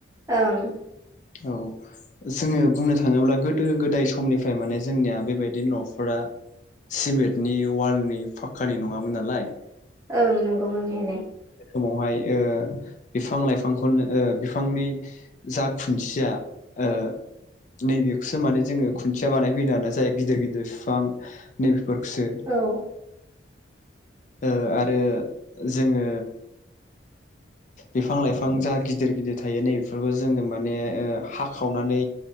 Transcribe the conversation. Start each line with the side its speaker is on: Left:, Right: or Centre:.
Right: ओं
Left: औ जोङो बुंनो थाङोब्ला गोदो गोदाय समनिफ्राय समनिफ्राय माने जोंनिया बेबायदि न'फोरा सिमेथ नि वालनि फाक्कानि नङामोन नालाय
Right: ओं नंगौ नंनायालाय।
Left: समावहाय ओ बिफां लाइफांखौनो ओ बिफांनि जा खुन्थिया ओ नैबेखौसो माने जोङो खुन्थिया बानायफैनो आरोना जाय गिदिर गिदिर बिफां नैबेफोरखौसो
Right: औ
Left: ओ आरो जोङो बिफां लाइफां जा गिदिर गिदिर थायो नै बेफोरखौ जोङो माने ओ हाखावनानै